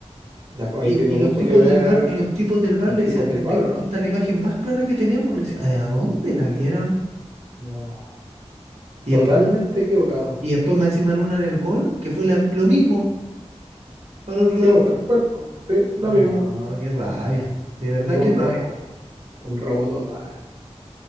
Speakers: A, on the right; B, on the right.
A: Ya, pues,
B: Y,
A: ahí tiene
B: y
A: mucho
B: los tipos
A: que ver
B: del bar, y los tipos del bar
A: los
B: le
A: tipos
B: decían,
A: del
B: "Te estoy-
A: VAR, ¿o ¿no?
B: esta es la imagen más clara que tenemos. Le decía, ¿a dónde la vieron?
A: No,
B: Y
A: totalmente
B: después, me-
A: equivocado.
B: y después más encima Luna en el gol, que fue la- lo mismo para el otro
A: Sí,
B: lado.
A: pues tal cual, po. sí, lo
B: No,
A: mismo.
B: qué rabia. De verdad, qué
A: Un
B: rabia.
A: robo, un robo total.